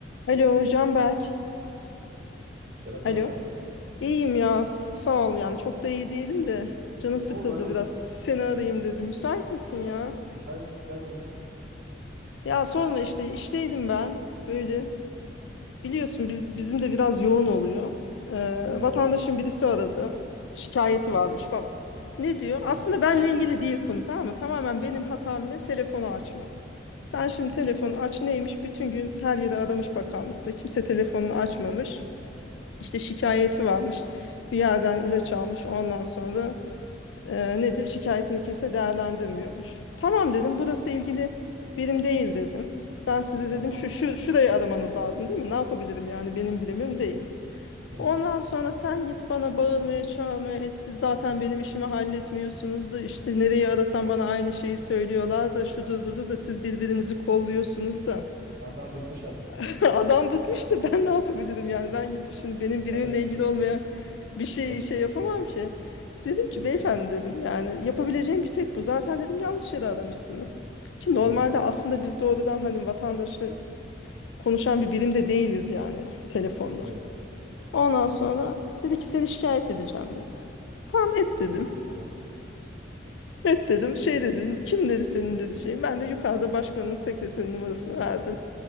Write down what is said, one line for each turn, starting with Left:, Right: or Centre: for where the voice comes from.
Left: Alo Canberk.
Right: Serap
Left: Alo.
Right: ne haber?
Left: İyiyim ya sağ ol yani çok da iyi değilim de canım sıkıldı
Right: Ne oldu hayrola?
Left: biraz seni arayayım dedim. Müsait misin ya?
Right: Müsait, müsaitim buyur.
Left: Ya sorma işte işteydim ben böyle biliyorsun biz, bizim de biraz yoğun oluyor. Ee,
Right: Hı hı.
Left: vatandaşın birisi aradı şikayeti
Right: Ne
Left: varmış
Right: diyor?
Left: falan. Ne diyor?
Right: Ha,
Left: Aslında benle ilgili değil konu tamam mı? Tamamen benim hatam ne? Telefonu açmak. Sen şimdi telefonu aç neymiş? Bütün gün her yere aramış bakanlıkta kimse telefonunu açmamış. İşte şikayeti
Right: tamam.
Left: varmış. Bir yerden ilaç almış. Ondan sonra e, nedir? Şikayetini kimse değerlendirmiyormuş. Tamam dedim. Burası ilgili birim değil dedim. Ben size
Right: Tamam
Left: dedim şu,
Right: abla.
Left: şu şurayı aramanız lazım değil mi? Ne yapabilirim yani benim birimim değil.
Right: Hı hı.
Left: Ondan sonra sen git bana bağırmaya çağırmaya et. Siz zaten benim işimi halletmiyorsunuz da işte nereyi arasam bana aynı şeyi söylüyorlar da şudur budur da siz birbirinizi kolluyorsunuz da.
Right: Adam bıkmış artık.
Left: <laughs> Adam bıkmıştı. Ben ne yapabilirim yani? Ben gidip şimdi benim birimimle
Right: Senlik bir
Left: ilgili
Right: şey yok.
Left: olmayan bir şey
Right: Senlik
Left: şey
Right: bir şey
Left: yapamam
Right: yok. Evet,
Left: ki. Dedim ki
Right: Doğru.
Left: beyefendi dedim yani yapabileceğim bir tek bu. Zaten dedim yanlış yere aramışsınız. Ki normalde
Right: Hı hı.
Left: aslında biz doğrudan hani vatandaşla konuşan bir birim de değiliz yani telefonda.
Right: Evet.
Left: Ondan sonra dedi ki seni şikayet edeceğim dedi. Tamam et dedim.
Right: Et. Tamam.
Left: Et dedim. Şey dedi kim dedi senin dedi şey. Ben de yukarıda başkanın sekreterinin numarasını verdim.